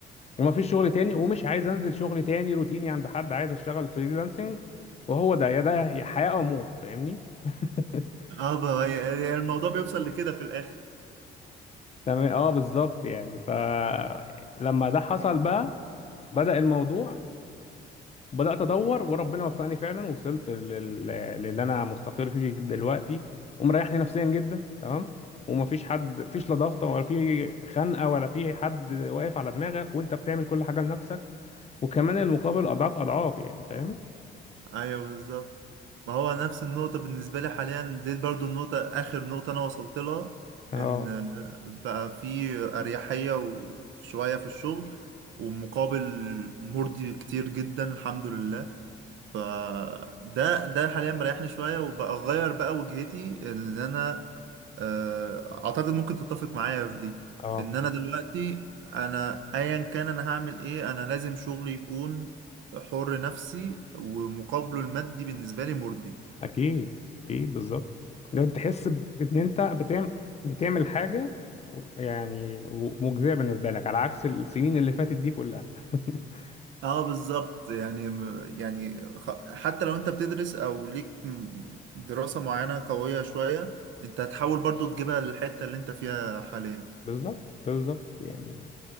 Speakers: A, on the left (about 35°); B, on the right (about 75°).
A: وما فيش شغل تاني ومش عايز انزل شغل تاني روتيني عند حد عايز اشتغل فريلانسنج وهو ده يا ده يا حياه او موت فاهمني <laughs>
B: اه بقى- يعني الموضوع بيوصل لكده في الاخر
A: تمام اه بالظبط يعني فلما ده حصل بقى بدأ الموضوع بدأت ادور وربنا وفقني فعلا وصلت لل- للي انا مستقر فيه دلوقتي ومريحني نفسيا جدا تمام ومفيش حد مفيش لا ضغط ولا في خنقه ولا في حد واقف على دماغك وانت بتعمل كل حاجه لنفسك وكمان المقابل اضعاف اضعاف يعني فاهم
B: ايوه بالظبط ما هو نفس النقطة بالنسبة لي حاليا دي برضو النقطة آخر نقطة أنا وصلت لها
A: اه
B: إن بقى في أريحية وشوية في الشغل ومقابل مرضي كتير جدا الحمد لله فده ده حاليا مريحني شوية وبقى أغير بقى وجهتي اللي أنا آه، أعتقد ممكن تتفق معايا في دي
A: اه
B: إن أنا دلوقتي أنا أيا كان أنا هعمل إيه أنا لازم شغلي يكون حر نفسي ومقابله المادي بالنسبة لي مرضي
A: اكيد اكيد بالظبط لو تحس ب- ان انت بتعمل بتعمل حاجه يعني مجزيه بالنسبه لك على عكس السنين اللي فاتت دي كلها <laughs>
B: اه بالظبط يعني م- يعني خ- حتى لو انت بتدرس او ليك م- دراسة معينة قوية شوية انت هتحاول برضو تجيبها للحتة اللي انت فيها حاليا
A: بالظبط بالظبط يعني